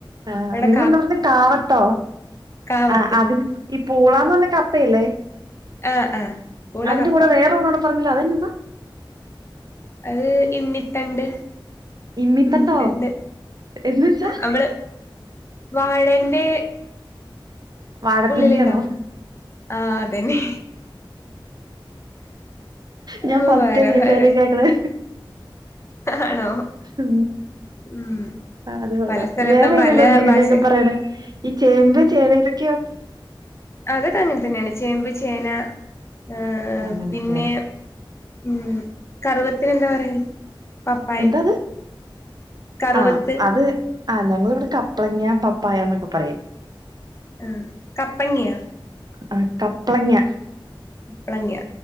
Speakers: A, on the right (about 50°); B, on the left (about 30°).
A: ആഹ്
B: അവിടെ
A: നിങ്ങളെന്താ പറഞ്ഞ കാവത്തോ
B: കാവത്ത്
A: ആ അതിന് ഈ പൂളാന്ന് പറഞ്ഞ കപ്പല്ലേ
B: ആഹ് ആഹ് പൂള
A: അതിന്റെ
B: കപ്പ
A: കൂടെ വേറെ ഒണോട് പറഞ്ഞില്ലോ അതന്നന്നാ
B: അത് ഇന്നിത്തണ്ട്
A: ഇമ്മിത്തണ്ടോ
B: ഇന്നിത്തണ്ട്
A: എന്ന് വെച്ചാ
B: ആഹ്അവള് വാഴന്റെ
A: വാഴപ്പിണ്ടിയാണോ
B: ഉള്ളിൽ ഉണ്ടാവുന്ന ആ അതന്നെ
A: ഞാൻ
B: ഓ
A: ഫസ്റ്റാ
B: വേറെ
A: ഈ
B: വേറെ
A: പേര് കേക്കണെ
B: ആണോ
A: ഉ
B: ഉം
A: ആ അത് കൊള്ളാം
B: പല സ്ഥലത്തും
A: വേറെ ഏതെങ്കിലും
B: പല
A: ഉണ്ടോ ഇങ്ങനെ
B: ഭാഷ
A: ഒക്കെ പറ യണെഈ ചേമ്പ് ചേന ഇതൊക്കെയോ
B: അതൊക്കെ അങ്ങനെ തന്നെയാണ് ചേമ്പ് ചേന ഏ
A: അങ്ങനെയൊക്കെയാല്ലേ
B: പിന്നെ ഉം കറുവത്തിന് എന്താ പറയാന് പപ്പായക്ക്
A: എന്താത്
B: കറുവത്ത്
A: ആഹ് അത് ആഹ് ഞങ്ങളിവിടെ കപ്പ്ളങ്ങ പപ്പായ എന്നൊക്കെ പറയും
B: ആഹ് കപ്പങ്ങയാ
A: ആ കപ്പ്ളങ്ങ
B: കുമ്പളങ്ങിയ